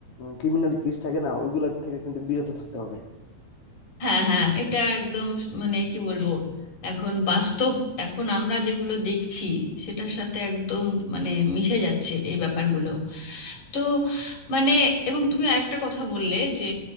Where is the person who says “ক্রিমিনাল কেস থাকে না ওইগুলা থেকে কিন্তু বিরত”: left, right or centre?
Left